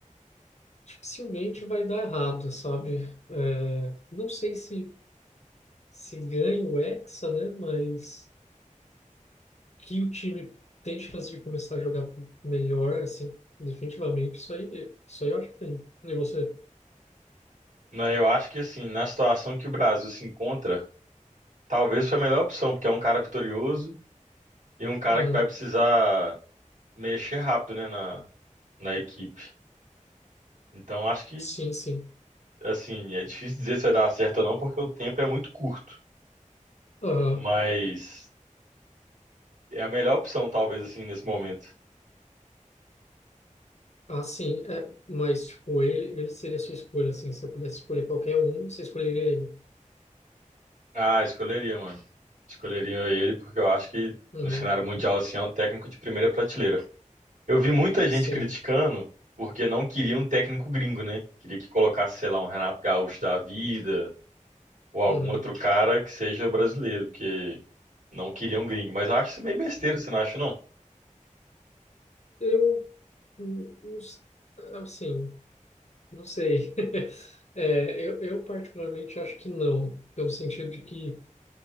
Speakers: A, on the left; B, on the right.
A: dificilmente vai dar errado, sabe? É, não sei se, se ganha o Hexa, né? Mas que o time tem chance de começar a jogar melhor, assim, definitivamente, isso aí, isso aí eu acho que tem. E você?
B: Não, eu acho que assim, na situação que o Brasil se encontra, talvez foi a melhor opção, porque é um cara vitorioso e um cara
A: Uhum.
B: que vai precisar mexer rápido, né, na, na equipe. Então acho que,
A: Sim, sim.
B: assim, é difícil dizer se vai dar certo ou não, porque o tempo é muito curto.
A: Aham.
B: Mas é a melhor opção, talvez, assim, nesse momento.
A: Ah, sim. É, mas, tipo, ele, ele seria a sua escolha, assim. Se eu pudesse escolher qualquer um, você escolheria ele.
B: Ah, escolheria, mano. Escolheria ele porque eu acho que
A: Uhum.
B: no cenário mundial assim é um técnico de primeira prateleira. Eu vi muita gente
A: Sim.
B: criticando porque não queria um técnico gringo, né? Queria que colocasse, sei lá, um Renato Gaúcho da vida ou algum
A: Uhum.
B: outro cara que seja brasileiro, porque não queria um gringo. Mas eu acho isso meio besteira, você não acha, não?
A: Eu Hum, não s- Assim, não sei. <laughs> É, eu, eu particularmente acho que não, pelo sentido de que